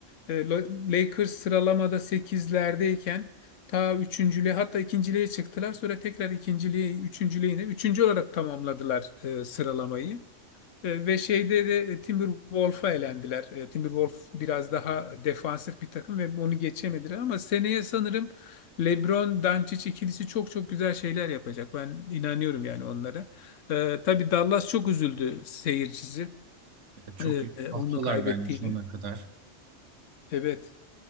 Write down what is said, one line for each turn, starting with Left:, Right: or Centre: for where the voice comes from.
Left: e, Lo- Lakers sıralamada sekizlerdeyken, ta üçüncülüğe hatta ikinciliğe çıktılar. Sonra tekrar ikinciliğe, üçüncülüğe yine üçüncü olarak tamamladılar e, sıralamayı. E, Ve şeyde de Timberwolf'a elendiler. E, Timberwolf biraz daha defansif bir takım ve onu geçemediler ama seneye sanırım LeBron Doncic ikilisi çok çok güzel şeyler yapacak. Ben inanıyorum yani onlara. E, tabii Dallas çok üzüldü seyircisi
Right: Çok
Left: e,
Right: haklılar
Left: onu kaybettiğini.
Right: bence sonuna kadar.
Left: Evet.